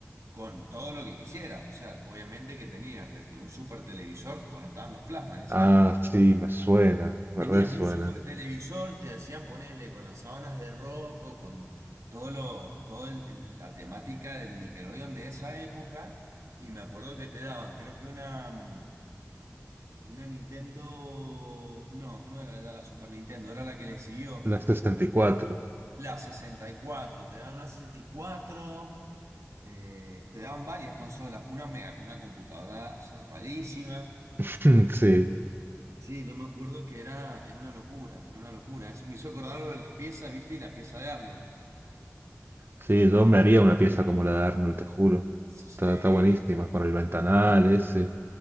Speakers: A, on the right; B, on the right.
A: con todo lo que quisiera. O sea, obviamente que tenías desde un super televisor, pues no estaban los plasmas en esa
B: Ah,
A: época.
B: sí, me suena, me
A: Tenías
B: resuena.
A: un super televisor, te hacían ponerle con las sábanas de Rocco, con todo lo, todo el- el- la temática de Nickelodeon de esa época. Y me acuerdo que te daban, creo que una, mm, una Nintendo, no, no era ya la Super Nintendo, era la que le siguió
B: La sesenta y cuatro
A: La 64 te dan una 64, eh, te daban varias consolas, una mega, una computadora zarpadísima.
B: <laughs> Sí,
A: Sí, yo me acuerdo que era, era una locura, era una locura. Eso me hizo acordar lo de las piezas, ¿viste? Y la pieza de Arnold.
B: sí, yo me haría una pieza como la de Arnold, te juro.
A: Sí,
B: Está, está buenísima, con el ventanal ese.